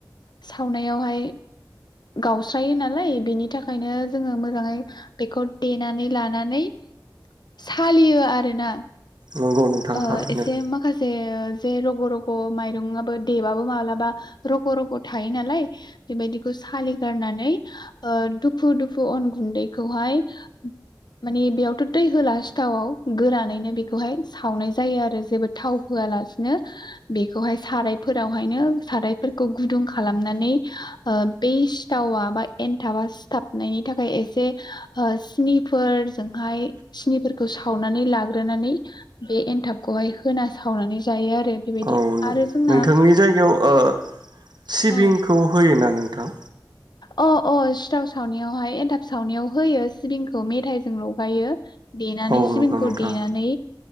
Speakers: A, on the left; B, on the right.
A: सावनायावहाय गावस्रायो नालाय बेनि थाखायनो जोङो मोजाङै बेखौ देनानै लानानै सालियो आरोना
B: नंगौ नोंथां
A: ओ
B: थारैनो
A: एसे माखासे ओ जे रग' रग' माइरंआबो देबाबो मालाबा रग' रग' थायो नालाय बेबायदिखौ सालिगारनानै ओ दुफु दुफु अन गुन्दैखौहाय माने बेयावथ' दै होला सिथावाव गोरानैनो बेखौहाय सावनाय जायो आरो जेबो थाव होआलासिनो बेखौहाय सारायफोरावहायनो सारायफोरखौ गुदुं खालामनानै ओ बै सिथावा बा एनथाबा सिथाबनायनि थाखाय एसे ओ सिनिफोरजोंहाय सिनिफोरखौ सावनानै लाग्रोनानै बे एनथाबखौहाय होना सावनानै जायो आरो बेबायदि
B: औ
A: आरो जोंना
B: नोंथांनि जायगायाव ओ सिबिंखौ
A: औ
B: होयोना नोंथां
A: अ अ सिथाव सावनायावहाय एन्थाब सावनायाव होयो सिबिंखौ मेथाइजों लगायो देनानै
B: औ
A: सिबिंखौ
B: नंगौ नोंथां
A: देनानै